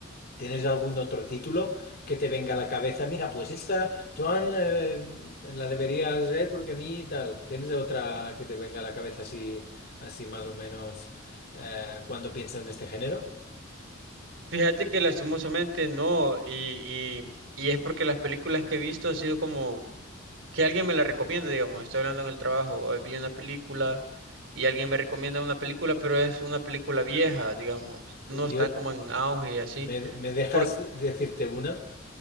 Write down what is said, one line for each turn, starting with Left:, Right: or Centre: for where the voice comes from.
Left: ¿Tienes algún otro título que te venga a la cabeza? Mira, pues esta, Joan, eh, la deberías ver porque a mí tal. ¿Tienes otra que te venga a la cabeza así, así más o menos eh, cuando piensas en este género?
Right: Fíjate que lastimosamente no, y, y, y es porque las películas que he visto ha sido como que alguien me la recomienda, digamos, estoy hablando en el trabajo, eh, vi una película y alguien me recomienda una película, pero es una película vieja, digamos, no
Left: Yo,
Right: está como en auge y así.
Left: Me, me dejas
Right: Por...
Left: decirte una